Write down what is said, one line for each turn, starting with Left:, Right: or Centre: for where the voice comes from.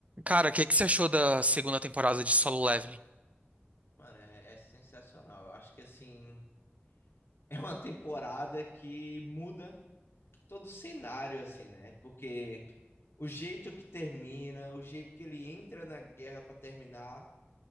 Right: Cara, o que que você achou da segunda temporada de Solo Leveling?
Left: Mano, é, é sensacional. Eu acho que assim <laughs> é uma temporada que muda todo o cenário, assim, né? Porque o jeito que termina, o jeito que ele entra na guerra pra terminar,